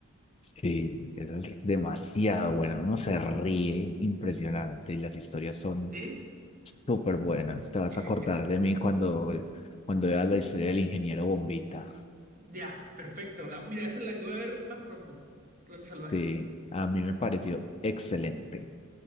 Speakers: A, on the left; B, on the right.
A: Sí, esa es demasiado buena. Uno se ríe impresionante y las historias son
B: ¿Sí?
A: súper buenas. Te vas
B: Qué
A: a acordar
B: bien.
A: de mí cuando, cuando veas la historia del ingeniero Bombita.
B: Ya, perfecto. La, mira, esa es la que voy a ver más pronto. Relatos Salvajes.
A: Sí, a mí me pareció excelente.